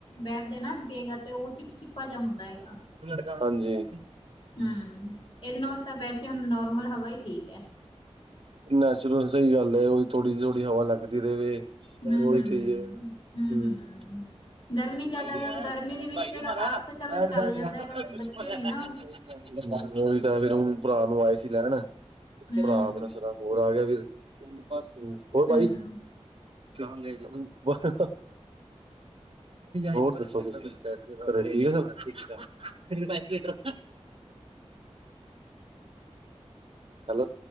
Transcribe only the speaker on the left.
ਬੈਠਦੇ ਆ ਨਾ, ਅੱਗੇ ਗ 'ਤੇ ਉਹ ਚਿਪ- ਚਿੱਪਾ ਜਾ ਹੁੰਦਾ ਹੈ ਗਾ।
ਹੂੰ, ਏਦੇ ਨਾਲ ਤਾਂ ਵੈਸੇ ਹੁਨ ਨੋਰਮਲ ਹਵਾ ਈ ਠੀਕ ਐ।
ਹੂੰ-ਹੂੰ,
ਹੂੰ-ਹੂੰ।
ਗਰਮੀ
ਜ਼ਿਆਦਾ
ਗ
ਗਰਮੀ ਦੇ ਵਿੱਚ
ਹੈਗਾ
ਆਪ
ਤਾਂ ਚੱਲ ਚੱਲ
ਜਾਂਦਾ
ਹੈਗਾ ਫਿਰ
ਬੱਚੇ
ਨੀ ਨਾ
ਹੂੰ,
ਹੂੰ।